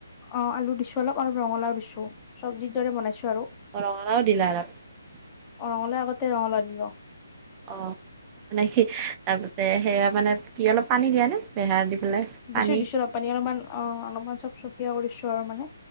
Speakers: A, on the left (about 25°); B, on the right (about 20°).
A: অ আলু দিছো অলপ আৰু ৰঙালাও দিছো চব্জিৰ দৰে বনাইছো আৰু
B: অ। <unintelligible>
A: অ ৰঙালাওঁ আগতে ৰঙালাওঁ দিব।
B: অ মানে সি তাৰপিছতে সেয়া মানে কি অলপ পানী দিয়া নে বেহাৰ দি। পেলাই পানী
A: দিছোঁ দিছোঁ অলপ পানী অলপমান অ অলপমান চব চবিয়া কৰিছোঁ আৰু মানে।